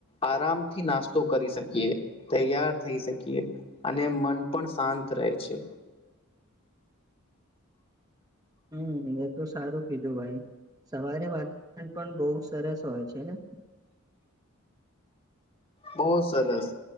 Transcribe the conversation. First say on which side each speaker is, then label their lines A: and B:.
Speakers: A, on the left; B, on the right.
A: આરામ થી નાસ્તો કરી શકીએ. તૈયાર થઇ શકીએ. અને મન પણ શાંત રહે છે.
B: <inaudible> હમ્મ એ તો સારું કીધું ભાઈ. સવારે વાતવરણ પણ બહું સરસ હોય છે ને? <inaudible>
A: બો સરસ